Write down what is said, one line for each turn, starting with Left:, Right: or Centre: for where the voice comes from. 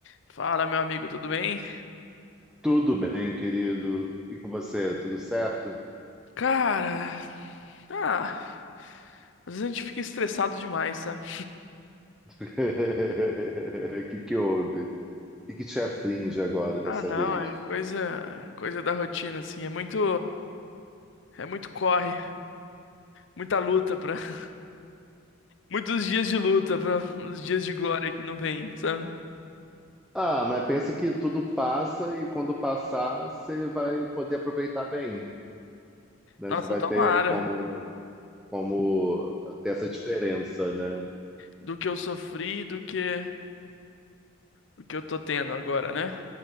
Left: Fala, meu amigo, tudo bem?
Centre: Tudo bem, querido? E com você, tudo certo?
Left: Cara, ah, às vezes a gente fica estressado demais, sabe?
Centre: <laughs> O que que houve? O que que te aflige agora dessa
Left: Ah, não,
Centre: vez?
Left: é coisa, coisa da rotina, assim. É muito, é muito corre, muita luta para, <laughs> muitos dias de luta para os dias de glória que não vem, sabe?
Centre: Ah, ah, mas pensa que tudo passa e quando passar, você vai poder aproveitar bem, né?
Left: Nossa,
Centre: Você vai
Left: tomara
Centre: ter como, como ter essa diferença, né?
Left: do que eu sofri, do que, do que eu tô tendo agora, né?